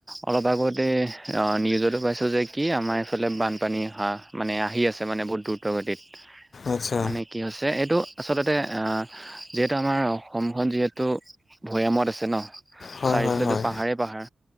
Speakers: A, in the centre; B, on the left.
A: অলপ আগতে অ' নিউজতো পাইছো যে কি আমাৰফাল বানপানী হাই মানে আহি আছে মানে বহুত দ্ৰুতগতিত।
B: আচ্ছা
A: মানে কি হৈছে এইটো আচলতে আহ যিহেতু আমাৰ অসমখন যিহেতু তো ভৈয়ামত আছে ন।
B: হয়
A: চাৰিওফালেটো
B: হয় হয়
A: পাহাৰেই পাহাৰ